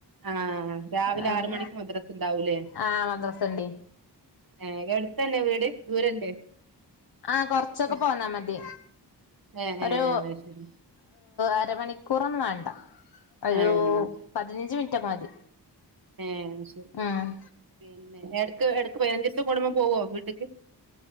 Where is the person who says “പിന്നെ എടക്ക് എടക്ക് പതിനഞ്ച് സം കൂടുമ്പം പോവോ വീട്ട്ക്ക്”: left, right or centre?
Right